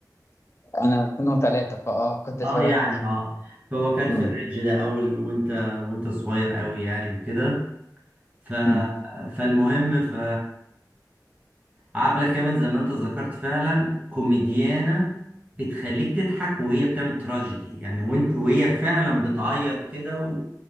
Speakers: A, on the left (about 40°); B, on the right (about 20°).
A: أنا كنا ثلاثة فأه كنت
B: اه
A: اتولدت
B: يعني اه هو كان في
A: أه
B: الرينج ده اول وانت وانت صغير قوي يعني وكده ف
A: أمم.
B: فالمهم ف عبلة كامل زي ما انت ذكرت فعلا كوميديانة بتخليك تضحك وهي بتعمل تراجيدي يعني وانت وهي فعلا بتعيط كده و...